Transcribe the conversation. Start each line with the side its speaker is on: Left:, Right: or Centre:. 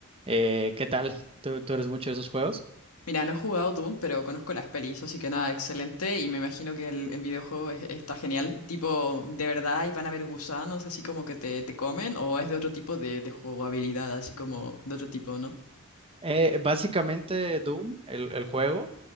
Right: Eh, ¿qué tal? ¿Tú, tú eres mucho de esos juegos?
Left: Mira, no he jugado Doom, pero conozco las pelis, así que nada, excelente. Y me imagino que el, el videojuego es- está genial. Tipo, ¿de verdad y van a haber gusanos así como que te, te comen? ¿O es de otro tipo de, de jugabilidad, así como de otro tipo, ¿no?
Right: Eh, básicamente Doom, el, el juego,